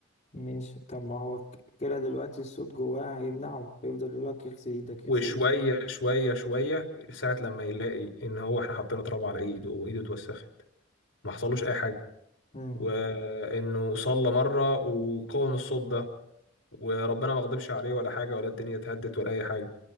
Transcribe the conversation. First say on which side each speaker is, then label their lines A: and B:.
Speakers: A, on the left; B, on the left.
A: ماشي طب ما هو ك- كده دلوقتي الصوت جواه هيمنعه هيفضل يقول لك يغسل إيدك
B: وشوية
A: يغسل إيدك
B: شوية شوية ساعة لما يلاقي إن هو إحنا حطينا تراب على إيده وإيده اتوسخت ما حصلوش أي حاجة
A: مم،
B: وإنه صلى مرة وقاوم الصوت ده وربنا ما غضبش عليه ولا حاجة ولا الدنيا اتهدت ولا أي حاجة